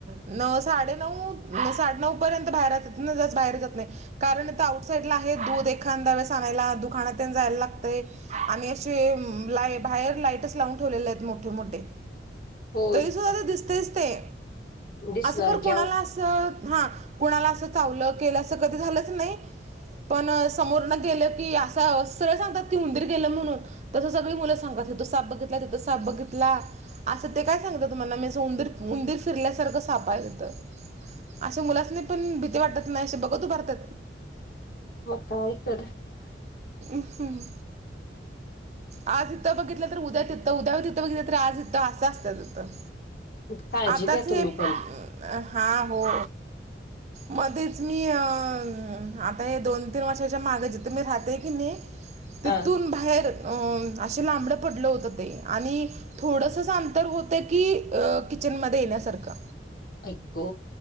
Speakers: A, on the right (about 40°); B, on the left (about 55°).
A: न साडे नऊ. म्ह साडे नऊ पर्यंत बाहेर ना जस बाहेर जात नाही. कारण तर आउटसाईडला आहे दूध एखादा वस आणायला दुखानात जायला लागत. आणि अे ला बाहेर लाईटच लावून ठेवलेले आहेत मोठे मोठे.
B: होय
A: तरी सुद्धा ते दिसतेच ते.
B: दिसणार
A: असं कर कुणाला
B: की अहो
A: असं हा कुणाला असं चावलं केलं अस कधी झालंच नाही. पण समोर ना गेलं की असं सरळं सांगतात ती हंदीर गेलं म्हणून. तसं सगळी मुलं सांगतात तिथ साप बघितला तिथं साप बघितला असं ते काय सांगत तुम्हाला मी सौंदर उंदिर शीरल्यासारखं सापायेत अ मुलाच नाही पण भीती वाटत. नाहीे बघ तू भारतात.
B: <unintelligible>
A: हम ह. आज इथं बघितलं तर उद्या तिथं उद्यावर तिथं बघितलं तर आज इथं असंचत तथं.
B: काळजी
A: आताच
B: घ्या
A: हे
B: तुम्ही
A: अ
B: पण
A: हा हो मध्येच मी आता हे दोन. तीन वर्षाच्या मागे जिथं मी राहते की नाही तिथून
B: हा
A: बाहेर. असे लांबडं पडलं होतं तेऽ आणि,, थोडसच अंतर होतं की किचनमध्ये येण्यासारखं,,
B: एकको.